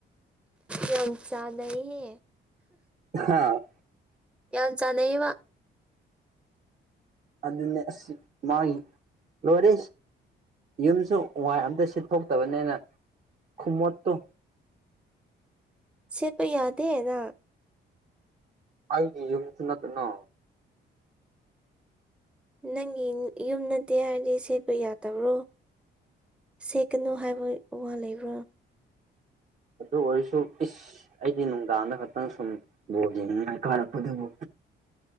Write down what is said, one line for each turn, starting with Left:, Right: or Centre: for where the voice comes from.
Centre: ꯌꯥꯝ ꯆꯥꯅꯩꯅꯦ
Right: ꯍꯥꯥ
Centre: ꯌꯥꯝ ꯆꯥꯅꯩ ꯕ
Right: ꯑꯗꯨꯅꯦ ꯑꯁ ꯃꯥꯒꯤ ꯂꯣꯏꯔꯦ ꯌꯨꯝꯁꯨ ꯋꯥꯏ ꯑꯝꯇ ꯁꯤꯠꯊꯣꯛꯇꯕꯅꯤꯅ ꯈꯨꯃꯣꯠꯇꯣ
Centre: ꯁꯤꯠꯄ ꯌꯥꯗꯦ ꯅꯪ
Right: ꯑꯩꯒꯤ ꯌꯨꯝꯁꯨ ꯅꯠꯇꯅ
Centre: ꯅꯪꯒꯤ ꯌꯨꯝ ꯅꯠꯇꯦ ꯍꯥꯏꯔꯗꯤ ꯁꯦꯠꯄ ꯌꯥꯗꯕ꯭ꯔꯣ ꯁꯤꯠꯀꯅꯨ ꯍꯥꯏꯕ ꯋꯥ ꯂꯩꯕ꯭ꯔꯥ
Right: ꯑꯗꯨ ꯑꯣꯏꯔꯁꯨ ꯏꯁ ꯑꯩꯗꯤ ꯅꯨꯡꯗꯥꯡꯗ ꯈꯛꯇꯪ ꯁꯨꯝ ꯕꯣꯟ ꯌꯦꯡꯅꯤꯡꯉꯥꯏ ꯀꯥꯔꯛꯄꯗꯨꯕꯨ